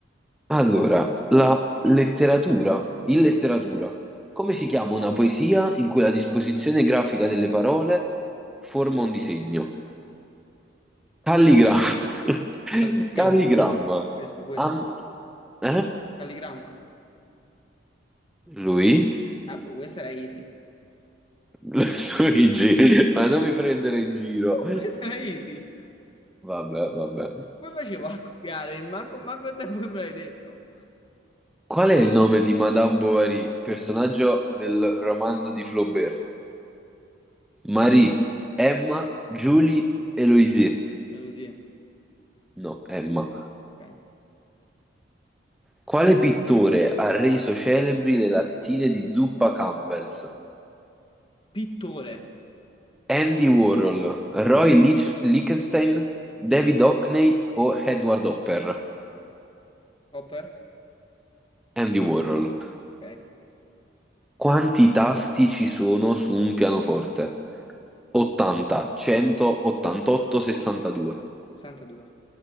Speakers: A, in the centre; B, on the left (about 25°).
A: Allora, la letteratura, in letteratura, come si chiama una poesia in cui la disposizione grafica delle parole forma un disegno? Calligra- <laughs>
B: Ah, il primo.
A: Calligramma.
B: Questo, questo.
A: Am- eh?
B: Calligramma.
A: Lui?
B: Ah, boh, questa era easy.
A: <laughs> Luigi, ma non mi prendere in giro.
B: Oh, <laughs> questa era easy.
A: Vabbè, vabbè.
B: Come facevo a copiare? Manco, manco il tempo che me l'hai detto.
A: Qual è il nome di Madame Bovary, personaggio del romanzo di Flaubert? Marie, Emma, Julie, Eloise.
B: Elusie.
A: No, Emma.
B: Ok.
A: Quale pittore ha reso celebri le lattine di zuppa Campbell's?
B: Pittore.
A: Andy Warhol, Roy Lich- Lichtenstein, David Hockney o Edward Hopper?
B: Hopper.
A: Andy Warhol.
B: Ok.
A: Quanti tasti ci sono su un pianoforte? 80, 100, 88, 62.
B: 62.